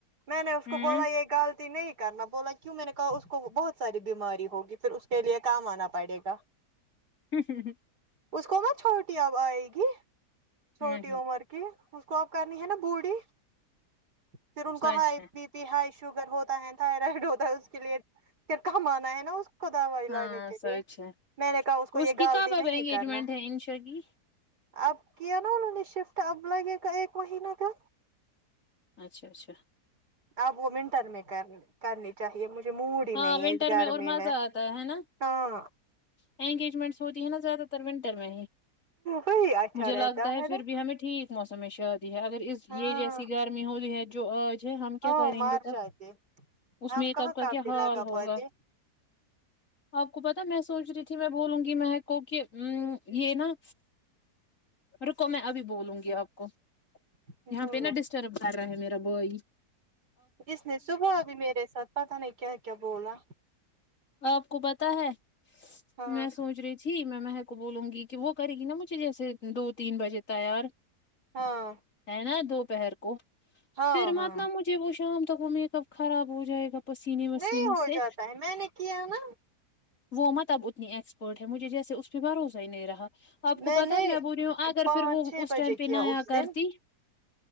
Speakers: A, on the right (about 75°); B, on the left (about 50°).
A: میں نے
B: ہوں
A: اس کو بولا یہ غلطی نہیں کرنا بولا کیوں میں نے کہا اس کو بہت ساری بیماری ہوگی پھر کے لیے کام آنا پڑے گا
B: ہ ہ ہ
A: اس کو ن چھوٹی اب آئے گی چھوٹی
B: نہیں
A: عمر کی اس کو اب کرنی ہے نا بوڑھی پھر ان کو
B: سچ
A: ہائی
B: ہے
A: ہائی شوگر ہوتا ہے تھائرائڈ ہوتا ہے اس کے لیے پھر کم آنا ہے نا اس خودا ہوا ا
B: ہاں
A: ل نے کے
B: سچ
A: لیے
B: ہے
A: میں نے کہا اس کو یہ
B: کی
A: غالط
B: کب اب
A: نہیں
B: انگیجمنٹ
A: کرنا
B: ہے انشا کی
A: اب کیا نا انہوں نے شفٹ اب لگے گا ایک مہینہ کا
B: اچھا اچھا
A: اب وہ ونٹر میں کر کرنی چاہیے مجھے موڈ ہی
B: ہاں
A: نہیں
B: ونٹر
A: ہے اس گرمی
B: اور مزہ
A: میں
B: آتا ہے نا
A: ہاں
B: انگیجمنٹس ہوتی ہے نا زیادہ تر ونٹر میں
A: وہی اچھا
B: مجھے
A: رہتا
B: لگتا ہے پھر
A: نا
B: بھی ہمیں ٹھیک موسم شادی ہے اگر اس یہ
A: ہاں
B: جیسی گرمی ہوی ہے جو آج ہے ہم کیا
A: ہاں
B: کریں
A: مار
B: گے تب
A: جاتے
B: اس
A: ہم
B: میں ایک
A: کہاں
B: اب کا
A: کابے
B: کیا حال
A: لگا
B: ہوگا
A: پاتے
B: آپ کو بتا میں سوچ رہی تھی میں بولوں گی مہک کو ام کی یہ نا رکو میں ابھی بولوں گی آپ کو
A: ہم
B: یہاں پہ نہا ڈسٹرب کر رہا ہے میرا بائی
A: اس نے صبح بھی میرے ساتھ پتا نہیں کیا کیا بولا
B: آپ کو پتا ہے
A: ہاں
B: میں سوچ رہی تھی جی میں مہک کو بولوگی کی وہ کریگی یہاسے دو تین بجے تیار
A: ہاں
B: ہے نا دوپہر کو
A: ہاں
B: پھر مت
A: ہاں
B: ن مجھے وہ شام تک وہ میکپ خراب ہوجاۓ گا پسینے وسینے
A: نہیں ہو
B: سے
A: جاتا ہے میں نے کیا نا
B: وہ مطلب اتنی ایکسپرٹ ہے مجھے جیسے اس پہ بھروسہ ہی نہیں رہا اپ کو
A: میں
B: پتا
A: نے
B: ہے بر رہی ہو اگر
A: پانچ
B: فرووو
A: چھ
B: اس
A: بجے
B: ٹائم پے
A: کیا
B: نا آیا
A: اس
B: کرتی
A: دن